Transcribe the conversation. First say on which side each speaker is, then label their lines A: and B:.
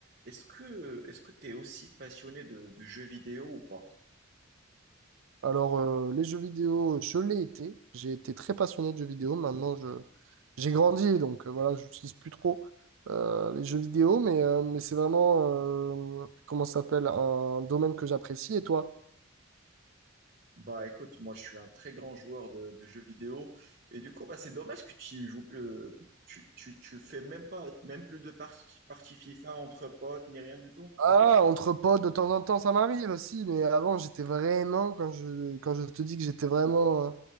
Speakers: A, on the right; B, on the right.
A: est-ce que, est-ce que tu es aussi passionné de, de jeux vidéo ou pas?
B: Alors, euh, les jeux vidéo, je l'ai été. J'ai été très passionné de jeux vidéo. Maintenant, je, j'ai grandi, donc euh, voilà, j'utilise plus trop euh, les jeux vidéo, mais, euh, mais c'est vraiment, euh, comment ça s'appelle, un domaine que j'apprécie. Et toi?
A: Bah écoute, moi je suis un très grand joueur de, de jeux vidéo et du coup bah, c'est dommage que tu joues plus, euh, tu, tu, tu fais même pas même plus de parties partie FIFA entre potes ni rien du tout.
B: Ah, entre potes, de temps en temps, ça m'arrive aussi, mais avant, j'étais vraiment, quand je, quand je te dis que j'étais vraiment euh,